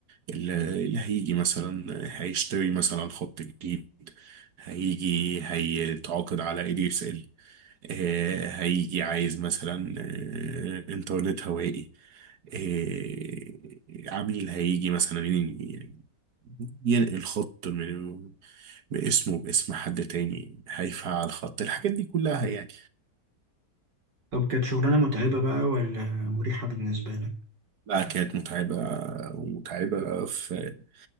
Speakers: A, on the right; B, on the right.
A: اللي هيجي مثلا هيشتري مثلا خط جديد هيجي هيتعاقد على اي دي اس ال آه، هيجي عايز مثلا آه، انترنت هوائي آه، عميل هيجي مثلا ين- ينقل خط من باسمه باسم حد تاني هيفعل خط الحاجات دي كلها يعني
B: طب كانت شغلانة متعبة بقى ولا مريحة بالنسبة لك؟
A: لا كانت متعبة ومتعبة في